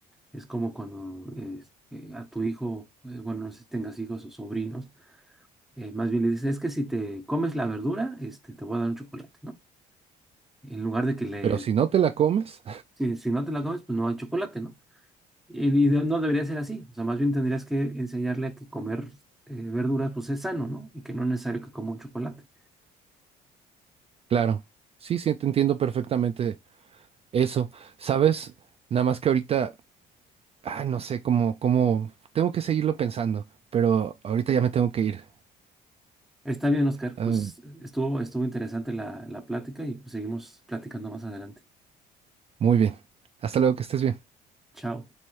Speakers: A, in the centre; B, on the right (about 35°).
A: Es como cuando este, a tu hijo, eh, bueno, no sé si tengas hijos o sobrinos, eh, más bien le dices, es que si te comes la verdura, este, te voy a dar un chocolate, ¿no? En lugar de que le,
B: Pero si no te la comes,
A: si, si no te la comes, pues no hay chocolate, ¿no? Y, y de- no debería ser así, o sea, más bien tendrías que enseñarle a que comer eh, verduras, pues es sano, ¿no? Y que no es necesario que coma un chocolate.
B: <laughs> claro, sí, sí, te entiendo perfectamente eso. ¿Sabes? Nada más que ahorita, ay, no sé cómo, cómo, tengo que seguirlo pensando, pero ahorita ya me tengo que ir.
A: Está bien, Oscar,
B: Ah,
A: pues estuvo, estuvo interesante la, la plática y pues, seguimos platicando más adelante.
B: Muy bien. Hasta luego, que estés bien.
A: Chao.